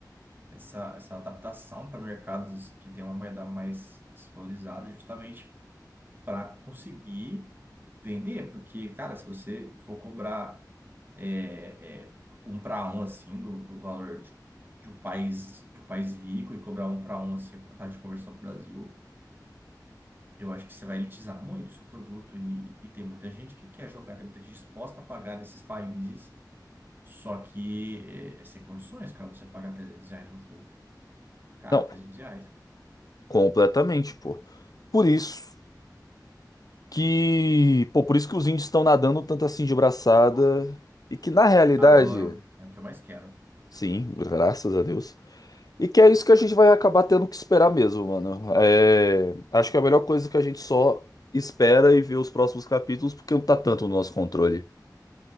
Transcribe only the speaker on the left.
Não,
completamente, pô. Por isso que, pô, por isso que os índios estão nadando tanto assim de braçada e que na realidade,
sim, graças a Deus. E que é isso que a gente vai acabar tendo que esperar mesmo, mano. É, acho que é a melhor coisa que a gente só espera e vê os próximos capítulos porque não tá tanto no nosso controle.